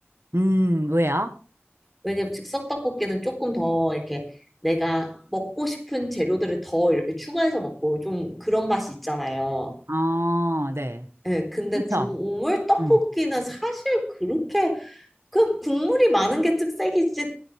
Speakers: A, on the right (about 70°); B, in the centre.
A: 음, 왜요?
B: 왜냐면 즉석 떡볶이는 조금 더 이렇게 내가 먹고 싶은 재료들을 더 이렇게 추가해서 먹고 좀 그런 맛이 있잖아요.
A: 어, 네.
B: 예, 근데
A: 그쵸.
B: 국물 떡볶이는
A: 음.
B: 사실 그렇게 그 국물이 많은 게 특색이지